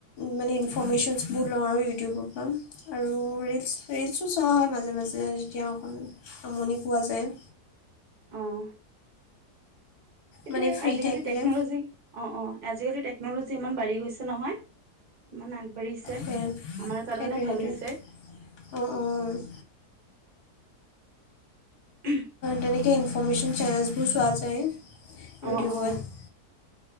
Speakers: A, on the left; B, on the right.
A: মানে ইনফৰমেশনবোৰ লওঁ আৰু ইউটিবৰ পৰা আৰু তু ৰিলচ, ৰিলচো চোৱা হয় মাজে মাজে যেতিয়া অকণ আমনি পোৱা যায়।
B: অঁ। সেইটোৱে,
A: মানে ফ্ৰী
B: আজি-কালি
A: থাকিলে
B: টেকন'লজি। অঁ, অঁ আজি-কালি টেকন'লজি ইমান বাঢ়ি গৈছে নহয়। মানে আগবাঢ়িছে।
A: সেই
B: আমাৰ কাৰণে
A: সেইটোৱে
B: ভাল
A: সেইটোৱে
B: হৈছে!
A: অঁ, অঁ '!
B: <unintelligible>
A: তেনেক ইনফৰমেশন চেনেলছবোৰ চোৱা যায়। ইউটিউবত!
B: অ অ